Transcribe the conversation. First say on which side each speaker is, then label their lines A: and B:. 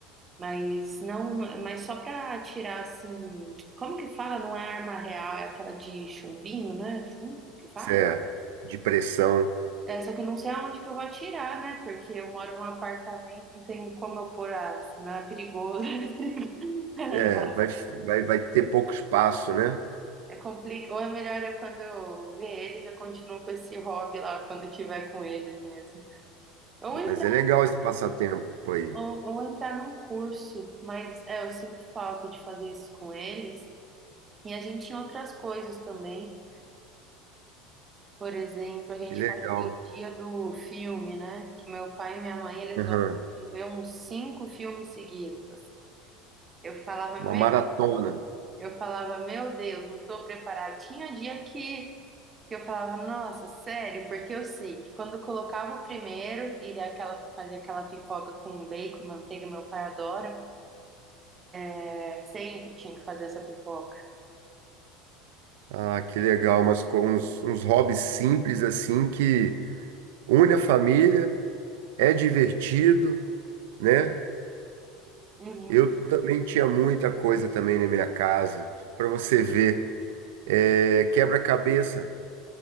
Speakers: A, on the right; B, on the right.
A: Mas não, mas só pra tirar assim, como que fala? Não é arma real, é aquela de chumbinho, né? Chumbo que fala?
B: Certo. De pressão.
A: É, só que eu não sei aonde que eu vou atirar, né? Porque eu moro num apartamento, não tem como eu pôr as, não é perigoso. <laughs> Era
B: É,
A: só.
B: vai, vai, vai ter pouco espaço, né?
A: É complicado. Ou é melhor é quando eu ver eles, eu continuo com esse hobby lá quando eu tiver com eles mesmo. Ou entrar,
B: Mas é legal esse passatempo aí.
A: ou, ou entrar num curso, mas é, eu sinto falta de fazer isso com eles. E a gente em outras coisas também. Por exemplo, a gente
B: Que legal.
A: fazia o dia do filme, né? Que meu pai e minha mãe, eles
B: Aham.
A: gostam de ver uns cinco filmes seguidos, assim. Eu falava,
B: Uma
A: meu,
B: maratona.
A: eu falava, meu Deus, não tô preparada. Tinha dia que, que eu falava, nossa, sério, porque eu sei que quando eu colocava o primeiro e aquela, fazia aquela pipoca com bacon e manteiga, meu pai adora, é, sempre tinha que fazer essa pipoca.
B: Ah, que legal, mas com uns, uns hobbies simples assim que une a família, é divertido, né?
A: Uhum,
B: Eu também tinha muita coisa também na minha casa, para você ver, é, quebra-cabeça.